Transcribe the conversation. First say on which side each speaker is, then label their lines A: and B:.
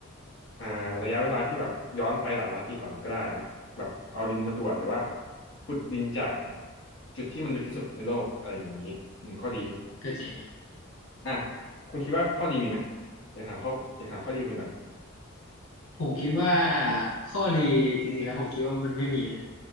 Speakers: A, on the left (about 55°); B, on the left (about 85°).
A: อ่าระยะเวลาที่แบบย้อนไปหลายล้านปีก่อนก็ได้เนาะแบบเอาดินมาตรวจหรือว่าขุดดินจากจุดที่มันลึกที่สุดในโลกอะไรอย่างนี้อืมข้อดี
B: ก็จริงนะ
A: อ่ะคุณคิดว่าข้อดีมีไหมอยากถามข้ออยากถามข้อดีคุณก่อน
B: ผมคิดว่าข้อดีจริงๆแล้วผมคิดว่ามันไม่มีนะ